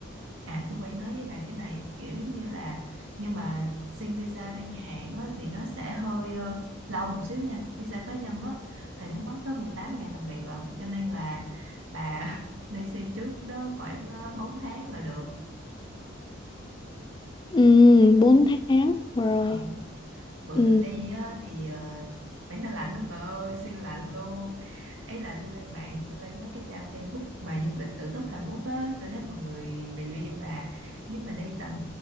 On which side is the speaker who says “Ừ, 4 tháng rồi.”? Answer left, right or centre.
Left